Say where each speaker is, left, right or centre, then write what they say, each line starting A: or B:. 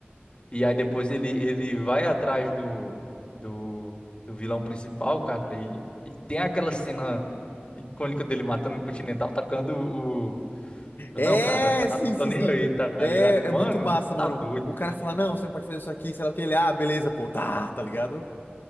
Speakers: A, on the left (about 30°); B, on the left (about 55°).
A: E aí depois ele, ele vai atrás do, do, do vilão principal, cara. E, e tem aquela cena icônica dele matando o Continental, tacando não,
B: É,
A: cara, tá,
B: sim, sim,
A: tô nem
B: sim.
A: aí, tá
B: É,
A: ligado? Mano,
B: é muito massa,
A: você
B: mano.
A: tá doido,
B: O cara
A: velho.
B: fala, não, você não pode fazer isso aqui, sei lá o que. Ele, ah, beleza, pô, tá, tá ligado?